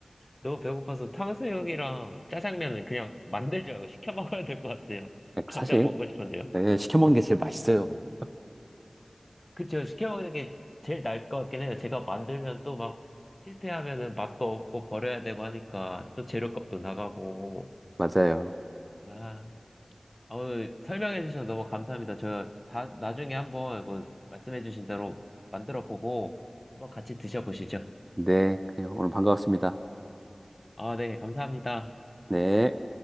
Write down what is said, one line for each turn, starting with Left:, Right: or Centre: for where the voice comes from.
Left: 너무 배고파서 탕수육이랑 짜장면을 그냥 만들지 말고 시켜 먹어야 될 것 같아요. 당장
Right: 사실,
Left: 먹고 싶은데요.
Right: 예, 시켜먹는 게 제일 맛있어요.
Left: 그쵸, 시켜 먹는 게 제일 나을 것 같긴 해요. 제가 만들면 또 막, 실패하면은 맛도 없고 버려야 되고 하니까, 또 재료값도 나가고.
Right: 맞아요.
Left: 아, 아, 오늘 설명해 주셔서 너무 감사합니다. 저, 다, 나중에 한번, 이거 말씀해 주신 대로 만들어 보고, 한번 같이 드셔보시죠.
Right: 네. 그래요. 오늘 반가웠습니다.
Left: 아, 네, 감사합니다.
Right: 네.